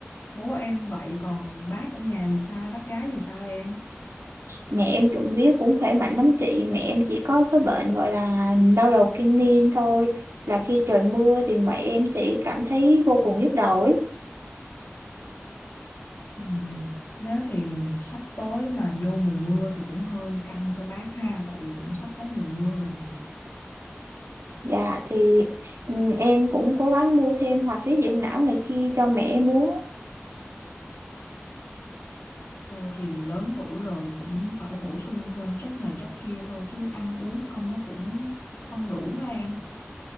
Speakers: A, on the left; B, on the right.
A: bố em vậy còn bác ở nhà thì sao bác gái thì sao em
B: mẹ em trộm vía cũng khỏe mạnh lắm chị mẹ em chỉ có cái bệnh gọi là đau đầu kinh niên thôi là khi trời mưa thì mẹ em sẽ cảm thấy vô cùng nhức đầu ấy
A: ừ. nếu thì sắp tới mà vô mùa mưa thì cũng hơi căng cho bác ha tại vì cũng sắp tới mùa mưa rồi nè
B: Dạ thì ừ, em cũng cố gắng mua thêm hoạt huyết dưỡng não này kia cho mẹ em uống.
A: thôi thì lớn tuổi rồi cũng phải bổ sung thêm chất này chất kia thôi chứ ăn uống không nó cũng không đủ á em.